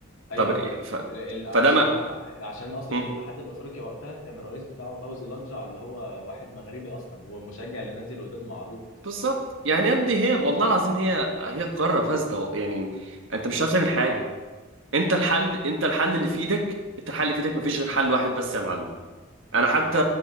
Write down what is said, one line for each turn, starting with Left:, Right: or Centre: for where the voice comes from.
Left: ايوه
Right: طب إيه-
Left: ال-
Right: ف...
Left: ال- عشان
Right: فده ما
Left: عشان اصلا
Right: مم.
Left: الاتحاد الافريقي وقتها كان الرئيس بتاعه فوزي لقجع اللي هو واحد مغربي اصلا هو مشجع لنادي الوداد معروف
Right: بالظبط يعني يا ابني هي والله العظيم هي هي قاره فاسده و- يعني انت مش عارف تعمل حاجه انت الحل انت الحل اللي في ايدك انت الحل اللي في ايدك مفيش غير حل واحد بس يا معلم انا حتى
Left: ايه